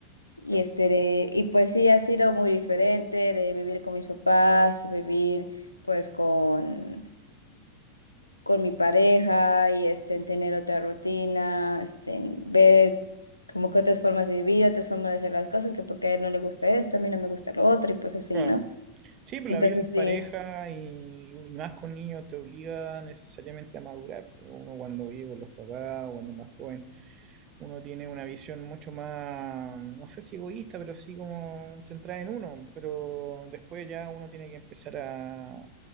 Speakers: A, on the left; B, on the right.
A: Y
B: claro.
A: este de- y pues sí ha sido muy diferente de vivir con mis papás, vivir pues con con mi pareja y este, en tener otra rutina, este, en ver como que otras formas de vivir, otras formas de hacer las cosas, que porque a él no le gusta esto, a mí no me gusta lo otro y pues así,
B: Claro.
A: ¿no?
B: Sí, pues
A: Entonces
B: la vida en pareja
A: sí,
B: y, más con niños te obliga necesariamente a madurar. pues, Uno cuando vive con los papás, o cuando es más joven, uno tiene una visión mucho más, no sé si egoísta, pero sí como centrada en uno. Pero después ya uno tiene que empezar a, a-